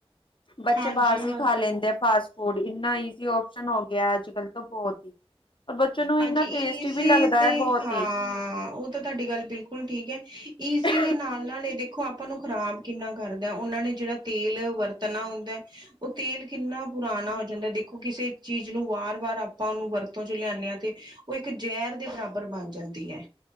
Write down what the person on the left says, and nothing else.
ਬੱਚੇ
ਬਾਹਰ
ਸੇ ਖਾ ਲੈਂਦੇ ਆ, ਫਾਸਟ ਫੂਡ ਇੰਨਾ ਕੀ ਓਸ਼ਨ ਹੋ ਗਿਆ, ਅੱਜ ਕੱਲ੍ਹ ਤਾਂ ਬਹੁਤ ਹੀ। ਔਰ ਬੱਚੇ ਨੂੰ
ਇੰਨਾ ਟੇਸਟੀ
ਵੀ ਲੱਗਦਾ
ਹੈ ਬਹੁਤ
ਹੀ
ਇਸ